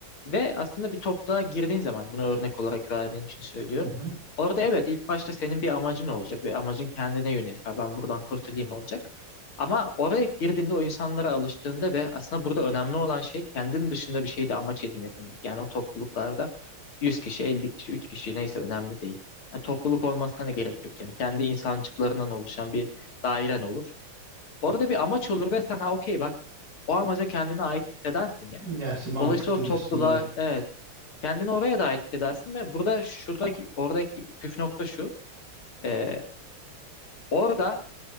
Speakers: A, on the left (about 80°); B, on the right (about 55°).
A: ve aslında bir topluluğa girdiğin zaman bunu örnek olarak verdiğin için söylüyorum.
B: Hı hı.
A: Orada evet ilk başta senin bir amacın olacak ve amacın kendine yönelik. Ha, ben buradan kurtulayım olacak. Ama oraya girdiğinde o insanlara alıştığında ve aslında burada önemli olan şey kendin dışında bir şeyde amaç edinebilmek. Yani o topluluklarda 100 kişi, 50 kişi, 3 kişi neyse önemli değil. Yani topluluk olmasına da gerek yok. Yani kendi insancıklarından oluşan bir dairen olur. Orada bir amaç olur ve sen ha okey bak o amaca kendine ait hissedersin ya.
B: Gerçi mantıklı
A: Dolayısıyla o
B: diyorsun
A: topluluğa
B: doğru.
A: evet kendini oraya da ait hissedersin ve burada şuradaki oradaki püf nokta şu. e, orada